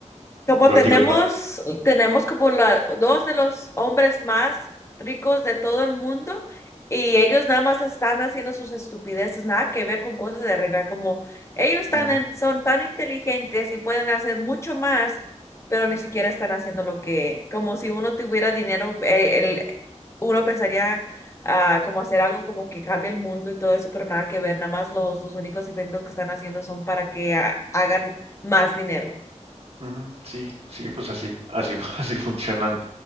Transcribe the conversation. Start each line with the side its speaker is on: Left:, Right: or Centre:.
Left: Como
Right: pero
Left: tenemos,
Right: te digo, to-
Left: tenemos como la, dos de los hombres más ricos de todo el mundo y ellos nada más están haciendo sus estupideces, nada que ver con cosas de arreglar, como ellos están
Right: ujú,
Left: en- son tan inteligentes y pueden hacer mucho más, pero ni siquiera están haciendo lo que, como si uno tuviera dinero, eh, el, uno pensaría ah, como hacer algo como que cambie el mundo y todo eso, pero nada que ver, nada más los, los únicos eventos que están haciendo son para que ah, hagan más dinero.
Right: ujú, sí, sí, pues así, así, <laughs> así funcionan